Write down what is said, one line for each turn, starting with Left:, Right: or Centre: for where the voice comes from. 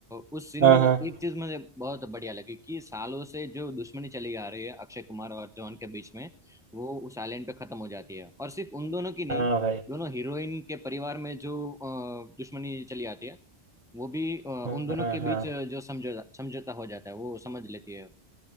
Centre: उस सीन
Right: हाँ
Centre: में
Right: हाँ
Centre: एक चीज मुझे बहुत बढ़िया लगी कि सालों से जो दुश्मनी चली आ रही है अक्षय कुमार और जॉन के बीच में वो उस आइलैंड पे खत्म हो जाती है और सिर्फ उन दोनों की नहीं
Right: हाँ भाई
Centre: दोनों हीरोइन के परिवार में जो आ, दुश्मनी चली आती है वो भी आ,
Right: हाँ
Centre: उन दोनों
Right: हाँ
Centre: के
Right: हाँ।
Centre: बीच आ, जो समझौता समझौता हो जाता है वो समझ लेती है